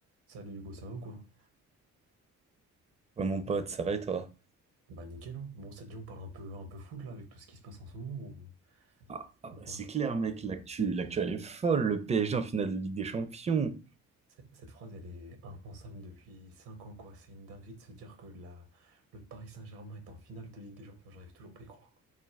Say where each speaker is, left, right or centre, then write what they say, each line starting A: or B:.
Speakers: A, on the right (about 65°); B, on the right (about 15°).
A: Salut Hugo, ça va ou quoi?
B: Ouais, mon pote, ça va et toi?
A: Bah nickel, hein. Bon, ça te dit, on parle un peu, un peu foot là avec tout ce qui se passe en ce moment ou,
B: Ah, ah
A: ou
B: bah,
A: pas?
B: c'est clair, mec, l'actu, l'actu, elle est folle. Le PSG en finale de Ligue des Champions.
A: C- Cette phrase, elle est impensable depuis 5 ans quoi. C'est une dinguerie de se dire que la, le Paris Saint-Germain est en finale de Ligue des Champions, j'arrive toujours pas à y croire.